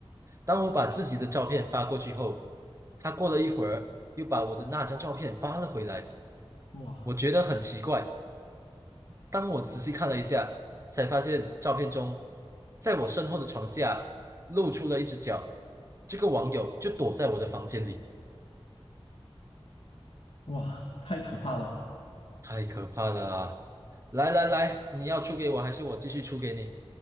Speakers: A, on the right (about 30°); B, on the left (about 70°).
A: 当我把自己的照片发过去后，他过了一会儿又把我的那张照片发了回来。
B: 哇
A: 我觉得很奇怪，当我仔细看了一下，才发现照片中，在我身后的床下露出了一只脚。这个网友就躲在我的房间里。
B: 哇，太可怕了！
A: 太可怕了啊！来来来，你要出给我，还是我继续出给你？